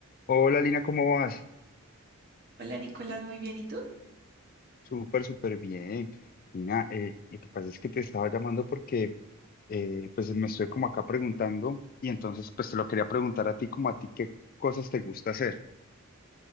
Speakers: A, on the left; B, on the right.
A: Hola Lina, ¿cómo vas?
B: Hola Nicolás, muy bien. ¿Y tú?
A: Súper, súper bien. Lina, eh, lo que pasa es que te estaba llamando porque eh, pues me estoy como acá preguntando y entonces pues te lo quería preguntar a ti como a ti qué cosas te gusta hacer.